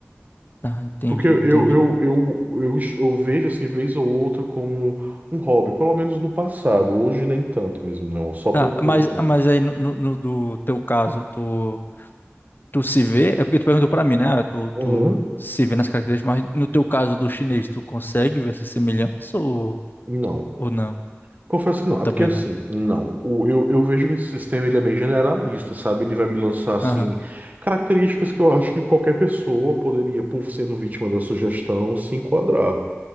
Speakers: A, on the left; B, on the right.
A: Ah, entendi,
B: Porque eu,
A: entendi.
B: eu, eu, eu, eu vejo, assim, vez ou outra como um hobby, pelo menos no passado. Hoje nem tanto mesmo, não. Só
A: Tá,
B: por
A: mas,
B: curiosidade.
A: mas
B: mesmo.
A: aí no, no, no do teu caso, tu, tu se vê, é porque tu perguntou pra mim, né? Ah, Tu,
B: Uhum.
A: tu se vê nas características, mas no teu caso do chinês, tu consegue ver essa semelhança ou,
B: Não.
A: ou não?
B: Confesso que não. É
A: Também
B: porque assim,
A: não.
B: não. O- eu, eu vejo que esse sistema ele é bem generalista, sabe? Ele vai me lançar assim
A: Aham.
B: características que eu acho que qualquer pessoa poderia, por sendo vítima da sugestão, se enquadrar.